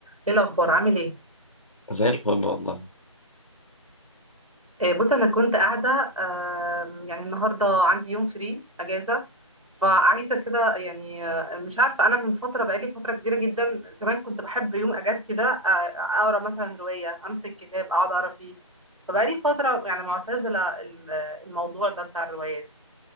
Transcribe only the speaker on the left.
زي الفل والله